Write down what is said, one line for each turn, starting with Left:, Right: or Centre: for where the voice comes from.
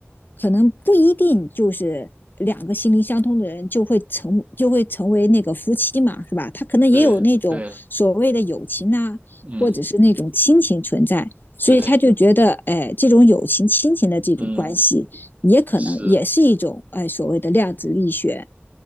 Left: 可能不一定就是两个心灵相通的人就会成就会成为那个夫妻嘛，是吧？他可能也有那种所谓的友情呐、
Right: 对对，嗯
Left: 或者是那种亲情存在，所以他就觉得，
Right: 对。
Left: 哎，这种友情、亲情的这种关系，
Right: 嗯，
Left: 也可能也是一种哎所谓的量子力学。
Right: 是，